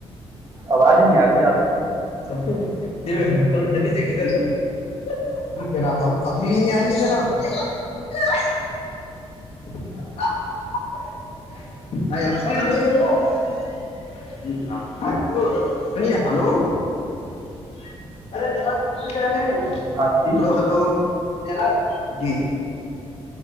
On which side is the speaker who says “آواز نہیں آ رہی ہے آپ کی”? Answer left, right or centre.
Right